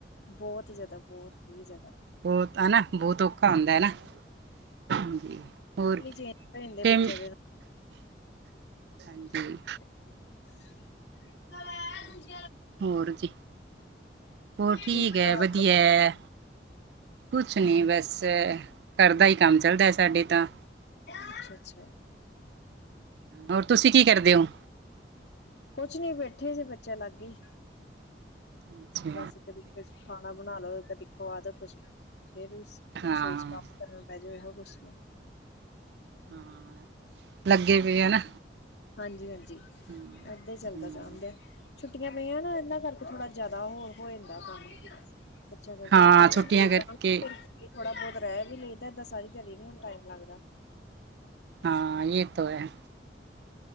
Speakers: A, on the left; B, on the right.
A: ਬੋਤ ਜ਼ਾਦਾ ਬੋਤ ਹੀ ਜ਼ਾਦਾ
B: ਬੋਤ ਹਨਾ ਬੋਤ ਔਖਾ ਹੁੰਦਾ ਐ ਨਾ। ਹਾਂਜੀ ਹੋਰ
A: ਚੇਂਜ ਹੋ ਜਾਂਦੇ
B: ਟੇਮ
A: ਬੱਚਿਆਂ ਦੇ ਨਾਲ
B: ਹਾਂਜੀ।
A: ਛੁੱਟੀ। <inaudible>
B: ਹੋਰ ਜੀ, ਹੋਰ ਠੀਕ
A: ਕੀ ਬਣਾ
B: ਐ
A: ਰਹੇ
B: ਵਦੀਐ।
A: ਹੋ
B: ਕੁਛ ਨੀ ਬਸ ਘਰ ਦਾ ਈ ਕੰਮ ਚੱਲਦਾ ਐ ਸਾਡੇ ਤਾਂ।
A: ਅੱਛਾ-ਅੱਛਾ।
B: ਹੋਰ ਤੁਸੀਂ ਕੀ ਕਰਦੇ ਓਂ।
A: ਕੁਛ ਨੀ ਬੈਠੇ ਸੀ ਬੱਚੇਆਂ ਲਾਗੇ ਈ।
B: ਅੱਛਾ
A: ਬਸ ਕਦੀ ਕੁਛ ਖਾਨਾ ਬਨਾ ਲੋ ਕਦੀ ਖੁਆ ਦੋ ਕੁਛ ਫੇਰ
B: ਹਾਂ
A: ਰਸੋਈ ਚ ਕੰਮ। ਮੈਂ ਜੋ ਏਹੋ ਕੁੱਛ ਈ ਆ।
B: ਹਾਂ, ਲੱਗੇ ਪਏ ਆ ਹਨਾ।
A: ਹਾਂਜੀ-ਹਾਂਜੀ,
B: ਹਮ,
A: ਏਦਾਂ ਈ ਚੱਲਦਾ ਜਾਨਦੇ ਆ। ਛੁੱਟੀਆਂ ਪਈਆਂ ਨਾ ਏਨਾਂ ਕਰਕੇ ਥੋੜਾ ਜਾਦਾ ਹੋਰ ਹੋ ਜਾਂਦਾ ਕੰਮ। ਬੱਚਿਆਂ ਕਰਕੇ
B: ਹਾਂ
A: ਓਦਰ
B: ਛੁੱਟੀਆਂ
A: ਸਕੂਲ
B: ਕਰਕੇ
A: ਜਾਂਵਾਂਗੀ ਫੇਰ। ਥੋੜਾ ਬੋਤ ਰੈ ਵੀ ਲਈਦਾ ਏਦਾਂ ਸਾਰੀ ਦਿਹਾੜੀ ਨੀ ਹੁਨ ਟਾਈਮ ਲੱਗਦਾ।
B: ਹਾਂ ਯੇ ਤੋ ਹੈ।